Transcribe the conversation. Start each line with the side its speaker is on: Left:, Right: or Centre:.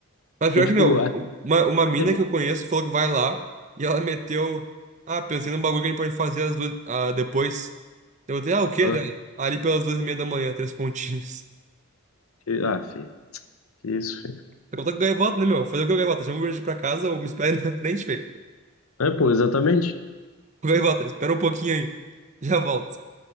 Right: Mas pior
Left: Porque,
Right: que,
Left: tipo,
Right: meu,
Left: a
Right: uma, uma mina
Left: CB.
Right: que eu conheço falou que vai lá e ela meteu. Ah, pensei num bagulho que a gente pode fazer às duas, ah, depois. Eu botei, ah, o quê,
Left: Ah,
Right: daí? Ali pelas duas e meia da manhã, três pontinhos.
Left: que- ah, fi, que isso, fi.
Right: <laughs> Eu tô com gaivota, né, meu? Fazer o que, o gaivota? Chama o Uber pra casa ou me espera <laughs> na frente, velho?
Left: É, pô, exatamente.
Right: Ô, Gaivota, espera um pouquinho aí. Já volto.